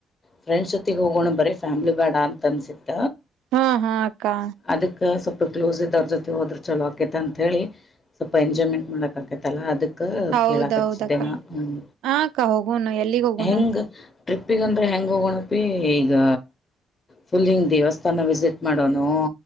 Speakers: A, on the left (about 30°); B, on the right (about 80°).
A: ಫ್ರೆಂಡ್ಸ್ ಜೊತ್ತಗೆ ಹೋಗೋಣ ಬರೀ ಫ್ಯಾಮ್ಲಿ ಬೇಡ ಅಂತ ಅನ್ಸತ್ತ
B: ಹಾ ಹಾ ಅಕ್ಕಾ
A: ಅದಕ್ಕೆ ಸ್ವಲ್ಪ ಕ್ಲೋಸ್ ಇದವ್ರ ಜೊತೆ ಹೋದ್ರೆ ಚಲೋ ಆಕೈತೆ ಅಂಥೇಳಿ ಸ್ವಲ್ಪ ಎಂಜಾಯ್ಮೆಂಟ್ ಮಾಡಕ್ಕ ಆಕೈತ್ತಲ್ಲ ಅದಕ್ಕೆ
B: ಹೌದೌದಕ್ಕ
A: ಕೇಳಕ ಹಚಿದ್ದೇನಾ ಹ್ಮ್
B: ಹಾ ಅಕ್ಕ ಹೋಗೋಣ ಎಲ್ಲಿಗ್ ಹೋಗೋಣ
A: ಹೆಂಗ ಟ್ರಿಪ್ಪಿಗೆ ಅಂದ್ರೆ ಹೆಂಗ ಹೋಗೋಣಪಿ ಈಗ ಫುಲ್ ಹಿಂಗ ದೇವಸ್ಥಾನ ವಿಸಿಟ್ ಮಾಡೋನು